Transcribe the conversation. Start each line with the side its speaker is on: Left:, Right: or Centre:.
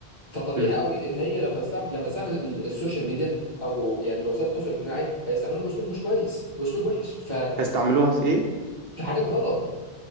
Left: فطبيعي
Right: مم.
Left: قوي ان هي لما تستعمل لما تستعمل ال- السوشيال ميديا او يعني وسائل التواصل الاجتماعي هيستعملوه باسلوب مش كويس باسلوب وحش ف...
Right: هيستعملوها في إيه؟
Left: في حاجات غلط